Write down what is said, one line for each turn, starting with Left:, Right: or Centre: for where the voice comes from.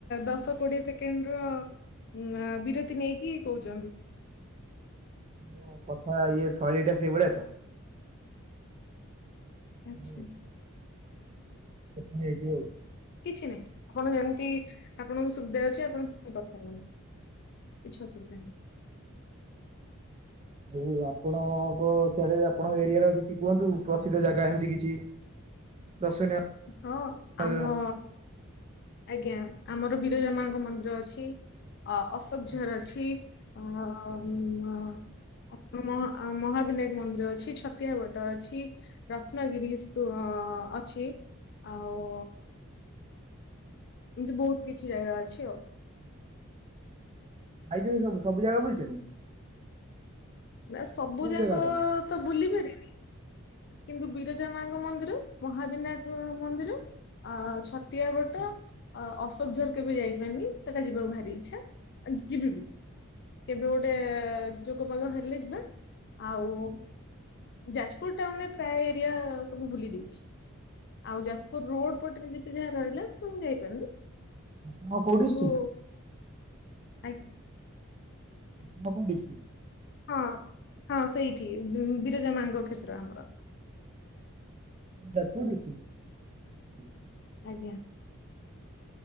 Left: ଦଶ କୋଡିଏ ସେକେଣ୍ଡ ର ନାଁ ବିରତି ନେଇକି କୋହୁଚନ୍ତି।
Right: ମୋ କଥା ଇଏ ଶୈଳୀଟା ସେଇଭଲିଆ ତ। ସେଥିପାଇଁ
Left: ଆଚ୍ଛା।
Right: <unintelligible> ହେଇଥିବ ଆଉ।
Left: କିଛି ନାହିଁ ଆପଣ ଯେମିତି ଆପଣଙ୍କ ସୁବିଧା ହୋଉଚି ଆପଣ ସେମିତି କଥା ହୁଅନ୍ତୁ। କିଛି ଅସୁବିଧା ନାହିଁ‌
Right: ହୋଉ ଆପଣଙ୍କ ସିଆଡେ ଆପଣଙ୍କ ଏରିଆ ର କିଛି କୁହନ୍ତୁ ପ୍ରସିଦ୍ଧ ଜାଗା ଏମତି କିଛି।
Left: ହଁ
Right: ଦର୍ଶନୀୟ
Left: ହଁ ଆମ
Right: ଜାଗା।
Left: ଆଜ୍ଞା ଆମର ବିରଜା ମାଙ୍କ ମନ୍ଦିର ଅଛି। ଅ-ଅଶୋକଝର
Right: ଆଜ୍ଞା
Left: ଅଛି। ଅ ଉଁ ମ-ଆ ମହାବିନାୟକ ମନ୍ଦିର ଅଛି ଛତିଆ ବଟ ଅଛି। ରତ୍ନଗିରି ସୁ ଅ ଅଛି। ଆଉ। ଏମତି ବୋହୁତ କିଛି ଜାଗା ଅଛି ଆଉ।
Right: ଆଜ୍ଞା ଯାଇଛନ୍ତି ସବୁ ସବୁ ଜାଗା ବୁଲିଚନ୍ତି?
Left: ନା ସବୁ ଯାକ
Right: ଜାଗା ଆପଣ
Left: ତ ବୁଲି ପାରି କିନ୍ତୁ ବିରଜା ମାଙ୍କ
Right: ଆଜ୍ଞା
Left: ମନ୍ଦିର ମହାବିନାୟକ ମନ୍ଦିର ଅ ଛ ତିଆ ବଟ
Right: ଆଜ୍ଞା
Left: ଅଶୋକଝର କେବେ ଯାଇପାରିନି ସେଟା ଯିବାକୁ ଭାରି ଇଚ୍ଛା। ଯିବି
Right: ହୁଁ।
Left: ବି। କେବେ ଗୋଟେ ଯୋଗ ପାଗ ହେଲେ ଯିବା ଆଉ
Right: ଆଜ୍ଞା
Left: ଯାଜପୁର ଟାଉନ ଏ ପ୍ରାୟ ଏରିଆ ସବୁ ବୁଲି ଦେଇଚି। ଆଉ
Right: ଆଜ୍ଞା।
Left: ଯାଜପୁର ରୋଡ ପଟେ ରେ ଯେତେ ଯାହା ରହିଲା ମୁୁଁ ଯାଇପାରୁନି
Right: ଆପଣ କୋଉ
Left: କିନ୍ତୁ
Right: ଡିଷ୍ଟ୍ରିକ୍ଟ
Left: ଆ
Right: ଆଉ କୋଉ ଡିଷ୍ଟିକ୍?
Left: ହଁ ହଁ ସେଇଠି ବିରଜା ମାଙ୍କ କ୍ଷେତ୍ର ଆମର।
Right: ଯାଜପୁର ଡିଷ୍ଟିକ।
Left: ଆଜ୍ଞା।